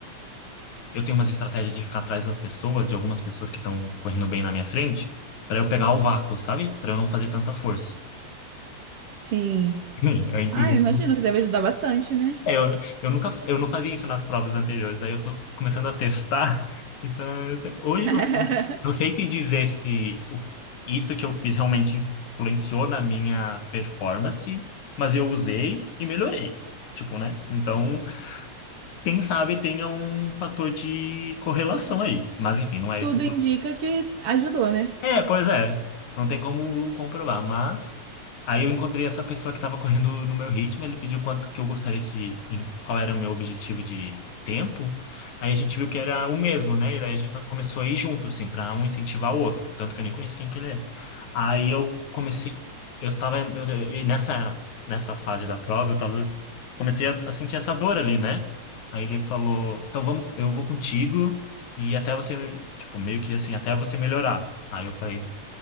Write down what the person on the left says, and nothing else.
Eu tenho umas estratégias de ficar atrás das pessoas, de algumas pessoas que estão correndo bem na minha frente, pra eu pegar o vácuo, sabe? Pra eu não fazer tanta força.
<laughs> Eu, inclusive,
é, eu, eu nunca, eu não fazia isso nas provas anteriores, daí eu tô começando a testar. <laughs> Então, eu te- hoje
eu não sei te dizer se o- isso que eu fiz realmente influenciou na minha performance, mas eu usei e melhorei. Tipo, né? Então, quem sabe tenha um fator de correlação aí. Mas enfim, não é
esse
É, pois é. Não tem como comprovar, mas aí eu encontrei essa pessoa que estava correndo no meu ritmo, ele pediu quanto que eu gostaria de, em- qual era o meu objetivo de tempo. Aí a gente viu que era o mesmo, né? E daí a gente tá- começou a ir junto, assim, para um incentivar o outro, tanto que eu nem conheço quem que ele é. Aí eu comecei, eu tava eu, eu- e nessa nessa fase da prova, eu tava comecei a, a sentir essa dor ali, né? Aí ele falou: "Então vamos, eu vou contigo e até você, tipo, meio que assim, até você melhorar". Aí eu falei,